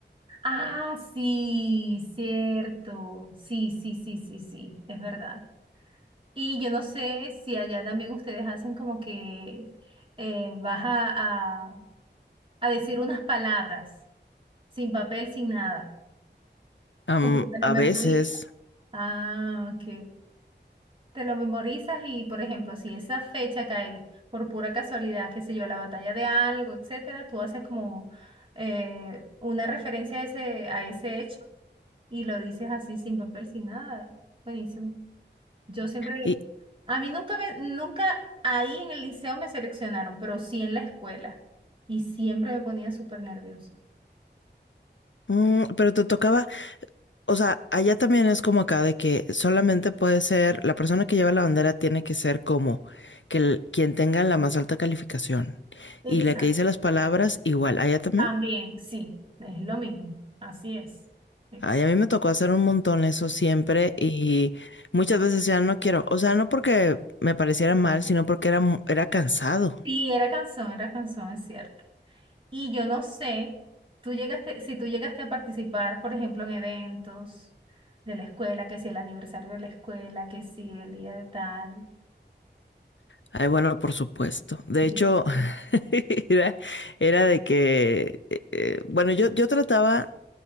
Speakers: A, on the right (about 30°); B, on the left (about 85°).
A: Ah, sí, cierto. Sí, sí, sí, sí, sí, es verdad. Y yo no sé si allá también ustedes hacen como que eh, vas a, a- a decir unas palabras, sin papel, sin nada,
B: Am,
A: como que te lo
B: a
A: memorizas.
B: veces.
A: Ah, ok. Te lo memorizas y, por ejemplo, si esa fecha cae por pura casualidad, qué sé yo, la batalla de algo, etcétera, tú haces como eh, una referencia a ese, a ese hecho y lo dices así, sin papel, sin nada. Buenísimo. Yo siempre
B: Y,
A: A mí nunca me, nunca ahí en el liceo me seleccionaron, pero sí en la escuela. Y siempre me ponía súper nerviosa.
B: mm, pero te tocaba, o sea, allá también es como acá de que solamente puede ser, la persona que lleva la bandera tiene que ser como que el- quien tenga la más alta calificación.
A: Exacto.
B: Y la que dice las palabras, igual, allá también.
A: También, sí, es lo mismo. Así es. Ex-
B: Ay, a mí me tocó hacer un montón eso siempre y muchas veces ya no quiero, o sea, no porque me pareciera mal, sino porque era, mu- era cansado.
A: Sí, era canción, era canción, es cierto. Y yo no sé, tú llegaste, si tú llegaste a participar, por ejemplo, en eventos de la escuela, que si el aniversario de la escuela, que si el día de tal.
B: Ay, bueno, por supuesto. De
A: Yo
B: hecho,
A: no sé.
B: <laughs> era, era de que, eh, eh, bueno, yo, yo trataba